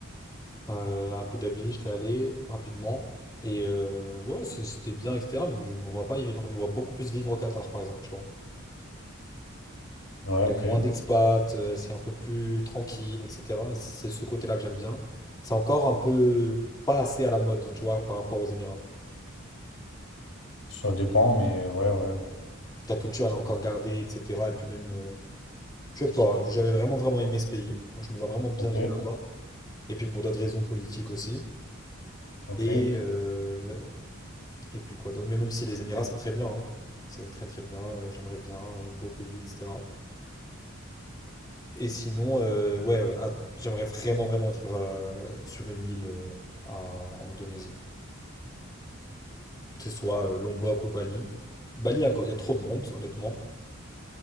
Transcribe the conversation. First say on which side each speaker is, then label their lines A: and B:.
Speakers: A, on the left; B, on the left.
A: Euh, à Abu Dhabi, j'étais allé rapidement. Et euh, ouais, c- c'était bien, etc. Mais je me vois pas y vivre. Je me vois beaucoup plus vivre au Qatar, par exemple, tu vois.
B: Ouais,
A: Il
B: ok.
A: y a moins d'expats, euh, c'est un peu plus tranquille, etc. Et c'est ce côté-là que j'aime bien. C'est encore un peu pas assez à la mode, tu vois, par rapport aux Émirats.
B: Ça dépend, mais ouais, ouais, ouais.
A: La culture, elle est encore gardée, etc. Et puis même, euh, je sais pas, j'avais vraiment, vraiment aimé ce pays. Donc je me vois vraiment bien
B: Ok,
A: vivre là-bas. Et puis pour d'autres raisons politiques aussi.
B: ok.
A: Et, euh, Et puis quoi d'autre? Mais même si les Émirats, c'est très bien. hein. C'est très très bien. euh, j'aimerais bien. euh, beau pays, etc. Et sinon, euh, ouais, euh, ah, j'aimerais vraiment vraiment vivre euh, sur une île euh, à- en Indonésie. Que ce soit euh, Lombok ou Bali. Bali, encore, il y a trop de monde, honnêtement.